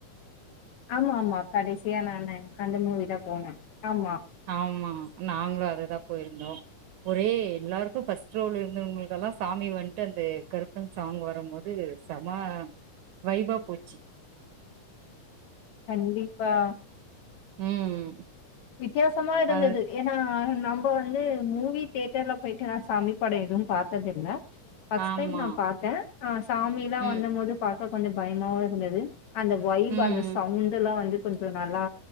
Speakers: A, on the left (about 65°); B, on the right (about 75°).
A: ஆமா ஆமா கடைசியா நானு அந்த மூவி தான் போனே ஆமா
B: ஆமா நாங்களும் அது தான் போயிருந்தோம் ஒரே எல்லாருக்கும் ஃபஸ்ட் ரோல இருந்தவங்களுக்கெல்லாம் சாமி வந்ட்டு அந்த கருப்பன் சாங் வரும்போது சம வைபா போச்சு
A: கண்டிப்பா
B: உம் ம்
A: வித்தியாசமா இருந்தது
B: அது
A: ஏன்னா நம்ப வந்து மூவி தேட்டர்ல போயிட்டுலாம் சாமி படம் எதுவும் பாத்தது இல்லை ஃபர்ஸ்ட்
B: ஆமா
A: டைம் நான் பாத்தன் ஆஹ் சாமிலாம்
B: ம்
A: வந்த போது பாத் அப்ப கொஞ்சம் பயமாவும் இருந்தது அந்த வைப்
B: ம்
A: அந்த சவுண்ட்லாம் வந்து கொஞ்சம் நல்லா